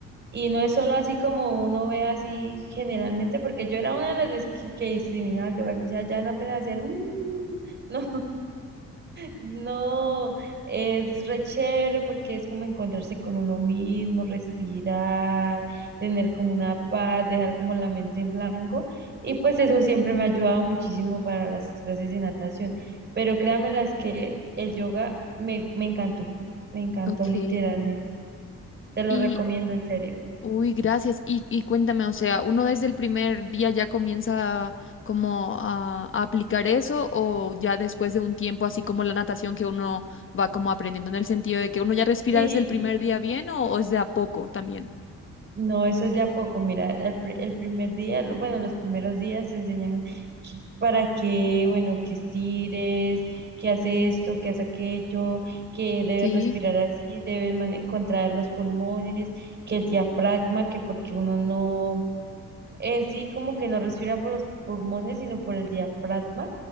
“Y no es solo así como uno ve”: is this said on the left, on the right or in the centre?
Right